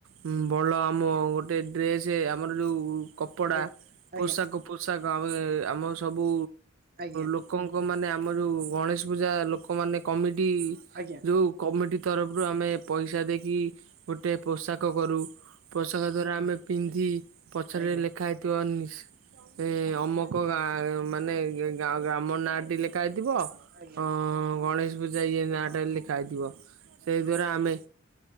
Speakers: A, on the right (about 75°); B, on the right (about 45°).
A: ଉଁ ଭଲ ଆମ ଗୋଟେ ଡ୍ରେସ ଆମର ଯୋଉ କପଡ଼ା
B: ଆଜ୍ଞା ଆଜ୍ଞା
A: ପୋଷାକ ପୋଷାକ ଆମେ ଆମ ସବୁ
B: ଆଜ୍ଞା ଆଜ୍ଞା ଆଜ୍ଞା
A: ଲୋକଙ୍କ ମାନେ ଆମର ଯୋଉ ଗଣେଶ ପୂଜା ଲୋକମାନେ କମିଟି
B: ଆଜ୍ଞା
A: ଯୋଉ କମିଟି ତରଫରୁ ଆମେ ପଇସା ଦେଇକି ଗୋଟେ ପୋଷାକ କରୁ ପୋଷାକ ଦ୍ଵାରା ଆମେ ପିନ୍ଧି ପଛରେ
B: ଆଜ୍ଞା।
A: ଲେଖା ହେଇଥିବା ନିସ୍ ଏ ଅମକ ଗାଁ ମାନେ ଗ୍ରାମ ନାଁ ଟି ଲେଖା ହେଇଥିବ
B: ଆଜ୍ଞା
A: ଅ ଗଣେଶ ପୂଜା ଏଇ ନାଁଟରେ ଲେଖା ହେଇଥିବ ସେଇଦ୍ଵାରା ଆମେ